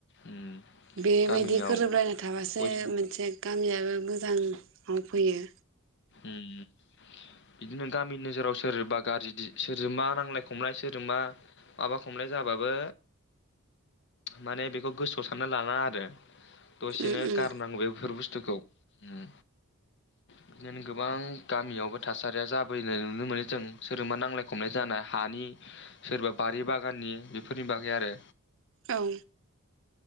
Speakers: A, on the left; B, on the right.
A: उम
B: बेबायदि
A: गामियाव
B: गोरोबलायना थाबासो
A: बयजोंबो
B: मोनसे गामियाबो गोजानाव फैयो
A: उम बिदिनो गामि नोजोराव सोरबा गाज्रि सोरजोंबा नांलाय खमलाय सोरजोंबा माबा खमलाय जाबाबो माने बेखौ गोसोआव सानना लाना आरो दसेनो
B: उम उम
A: गारनांगौ बेफोर बुस्थु खौ उम बिदिनो गोबां गामियावबो थासारिया जाबोनाय नुनो मोनो जों सोरबा नांलाय खमलाय जानाय हानि सोरबा बारि बागाननि बेफोरनि बागै आरो
B: औ